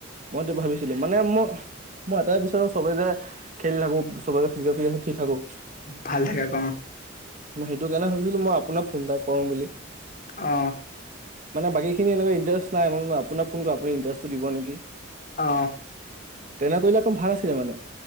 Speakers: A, on the right; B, on the left.
A: মই ভাবিছিলো মানে মোৰ। মই এটাই বিচাৰো চবে যে খেলি থাকো। চবৰে ফিজিকেল ফিট ঠিক থাকো।
B: ভাল থাকে, অ
A: সেইটো কাৰণে ভাবিছিলো, মই আপোনাক ফোন এটা কৰো বুলি
B: অ
A: মানে বাকী খিনি এনেকুৱা ইণ্টাৰেষ্ট নাই, মই আপোনাক ফোন কৰো আপুনি ইণ্টাৰেষ্টটো দিব নেকি?
B: অ
A: তেনে কৰিলে অকণ, ভাল আছিলে মানে